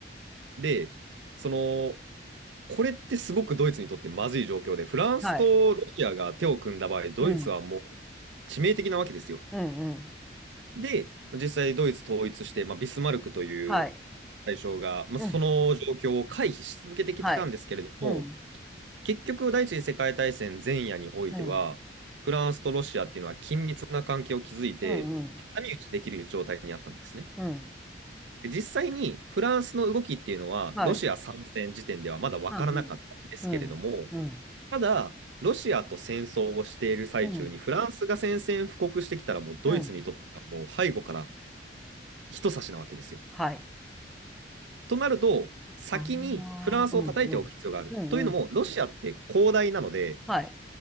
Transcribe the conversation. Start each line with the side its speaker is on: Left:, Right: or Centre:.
Right: で、その、これってすごくドイツにとってまずい状況で、フランスとロシアが手を組んだ場合、
Centre: はい。
Right: ドイツはもう
Centre: うん。
Right: 致命的なわけですよ。
Centre: うん、うん。
Right: で、実際ドイツ統一して、まあ、ビスマルクという
Centre: はい。
Right: 大将が、まあ、
Centre: うん、
Right: その状況を回避し続けてきたんですけれども、
Centre: はい。うん、
Right: 結局、第一次世界大戦前夜においては、
Centre: うん、
Right: フランスとロシアっていうのは緊密な関係を築いて、
Centre: うん、うん、
Right: 挟み撃ちできる状態にあったんですね。
Centre: うん。
Right: で実際にフランスの動きっていうのは、
Centre: はい。
Right: ロシア参戦時点ではまだ分からなかったんですけれども、
Centre: うんうん、うん、
Right: ただ、ロシアと戦争をしている最中に、
Centre: うん、
Right: フランスが宣戦布告してきたら、もうドイツにとってはもう背後から
Centre: うん。
Right: 一差しなわけですよ。
Centre: はい。
Right: となると、先にフランスを叩いておく必要がある。
Centre: ああ、うんうん。うん、
Right: というのも、
Centre: うん。
Right: ロシアって広大なので、
Centre: はい。